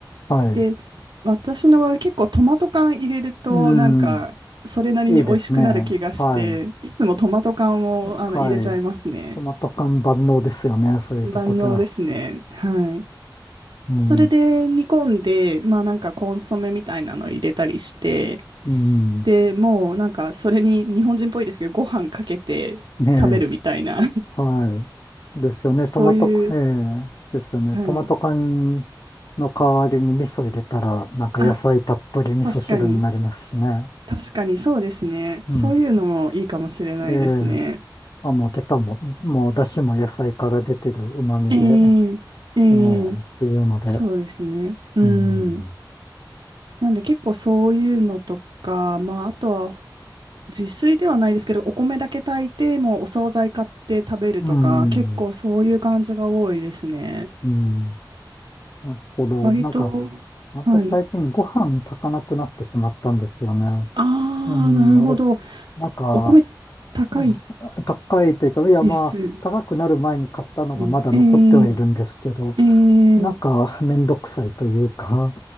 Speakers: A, on the left; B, on the right.
A: はい。
B: で、私の場合結構トマト缶入れるとなんかそれなりに美味しくなる気がして、
A: うん、いいですね。はい。
B: いつもトマト缶をあの入れちゃいますね。
A: とはい。トマト缶万能ですよね、そういうとこでは。
B: 万能ですね。はい。
A: うん、
B: それで煮込んで、まあなんかコンソメみたいなの入れたりして、
A: うん、
B: で、もうなんかそれに日本人っぽいですけど、ご飯かけて食べるみたいな、
A: ねえ、はい。ですよね、
B: <laughs> そういう、
A: トマト、ええ、ですよね。
B: はい。
A: トマト缶の代わりに味噌入れたら、なんか野菜たっぷり味噌汁になりますしね。
B: あ、確かに、確かにそうですね。
A: うん、
B: そういうのもいいかもしれないですね。
A: ええあ、もう出たもん、もう出汁も野菜から出てる旨味で、
B: えええ
A: ええっていうので、
B: えそうですね。うん。
A: うん、
B: なんで結構そういうのとか、まあ、あとは自炊ではないですけど、お米だけ炊いて、もうお惣菜買って食べるとか、
A: うん、
B: 結構そういう感じが多いですね。
A: うん、なるほど。
B: 割と、
A: なんか、私最近ご飯炊かなくなってしまったんですよね。
B: はい。ああ、
A: うん、
B: なるほど。
A: お、なんか、
B: お米高い
A: うん、高いというか、いやまあ、
B: ですよ
A: 高くなる前に買ったのがまだ残ってはいるんですけど、
B: ね。えええ
A: なんかめんどくさいというか、
B: え